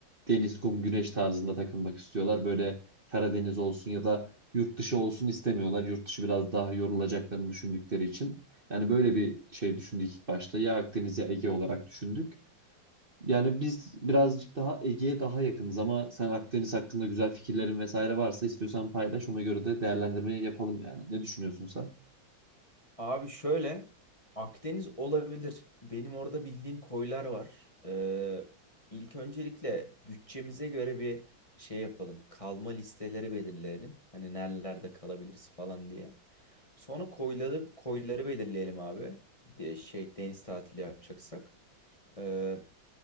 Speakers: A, on the right; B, on the left.
A: deniz, kum, güneş tarzında takılmak istiyorlar. Böyle Karadeniz olsun ya da yurt dışı olsun istemiyorlar. Yurt dışı biraz daha yorulacaklarını düşündükleri için. Yani böyle bir şey düşündük ilk başta. Ya Akdeniz ya Ege olarak düşündük. Yani biz birazcık daha Ege'ye daha yakınız ama sen Akdeniz hakkında güzel fikirlerin vesaire varsa istiyorsan paylaş. Ona göre de değerlendirmeyi yapalım yani. Ne düşünüyorsun sen?
B: Abi şöyle Akdeniz olabilir. Benim orada bildiğim koylar var. Ee, ilk öncelikle bütçemize göre bir şey yapalım. Kalma listeleri belirleyelim. Hani nerelerde kalabiliriz falan diye. Sonra koyları koyları belirleyelim abi. De, şey deniz tatili yapacaksak. Ee,